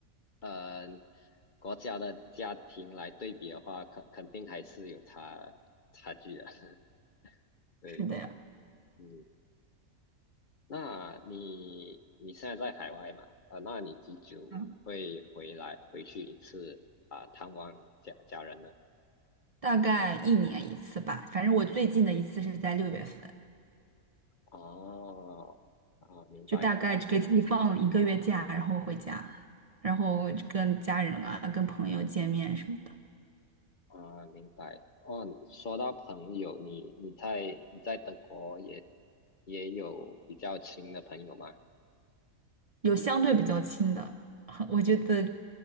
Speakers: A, on the left; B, on the right.
A: 呃国家的家庭来对比的话，肯肯定还是有差差距的。<laughs> 对，
B: 是的呀，
A: 嗯，那你你现在在海外嘛？啊、那你几久会回来回去一次啊、
B: 嗯，
A: 探望家家人呢？
B: 大概一年一次吧，反正我最近的一次是在六月份，
A: 哦，啊，明白明白。
B: 就大概给自己放了一个月假，然后回家，然后跟家人啊、跟朋友见面什么的。
A: 啊，明白。哦，说到朋友，你你在你在德国也也有比较亲的朋友吗？
B: 有相对比较亲的，<laughs> 我觉得，